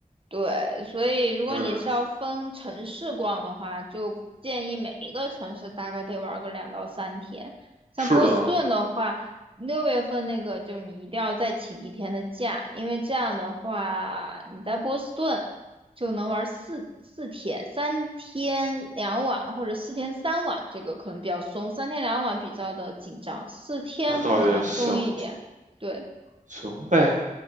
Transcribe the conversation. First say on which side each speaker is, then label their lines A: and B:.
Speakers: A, on the right; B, on the right.
A: 对，所以如果你是要分城市逛的话，
B: 嗯，
A: 就建议每一个城市大概得玩个两到三天。像波士顿的话，
B: 是的，
A: 六月份那个就你一定要再请一天的假，因为这样的话你在波士顿就能玩四四天，三天两晚或者四天三晚，这个可能比较松，三天两晚比较的紧张，四天可能松一点。
B: 那倒也行，
A: 对，
B: 行呗。